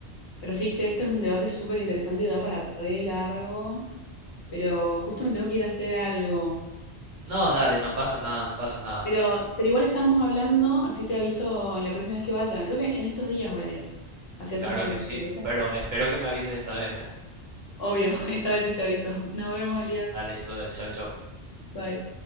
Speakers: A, on the left; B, on the right.
A: pero sí, che, esto es un debate súper interesante y da para re largo. Pero justo me tengo que ir a hacer algo.
B: No, dale, no pasa nada, no pasa nada.
A: Pero, pero igual estamos hablando, así te aviso la próxima vez que vaya. Creo que en estos días voy a ir. Así hacemos
B: Claro
A: algo,
B: que sí,
A: ¿te parece?
B: pero espero que me avises esta vez, ¿eh?
A: Obvio, <laughs> esta vez sí te aviso. Nos vemos, Elías.
B: Dale, eso de chau, chau.
A: Bye.